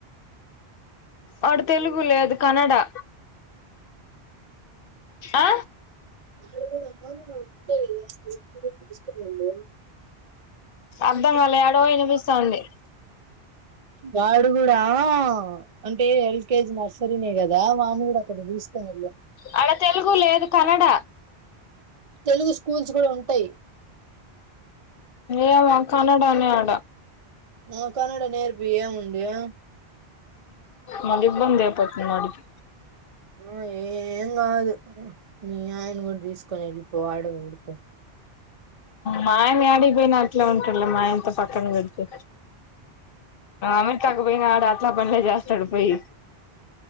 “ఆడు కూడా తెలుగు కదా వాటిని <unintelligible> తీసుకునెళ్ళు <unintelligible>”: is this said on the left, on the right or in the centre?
Right